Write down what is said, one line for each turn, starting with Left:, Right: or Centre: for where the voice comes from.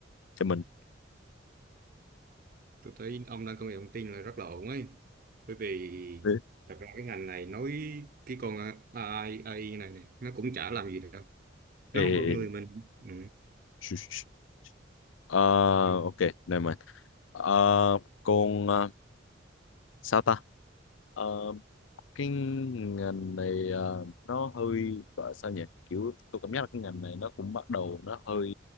Left: cho mình
Right: tôi thấy ông đang công nghệ thông tin là rất là ổn ấy bởi vì
Left: Ừ.
Right: thật ra cái ngành này nói cái con AI, AI này này nó cũng chả làm gì đâu nó
Left: Ê,
Right: không có con
Left: ê, ê.
Right: người mình ừ.
Left: Shh, shh, shh. Ờ,
Right: Kiểu-
Left: ok, never mind. Ờ, còn ờ, sao ta? Ờ, cái ngành này ờ, nó hơi gọi sao nhỉ kiểu tôi cảm giác là cái ngành này nó cũng bắt đầu nó hơi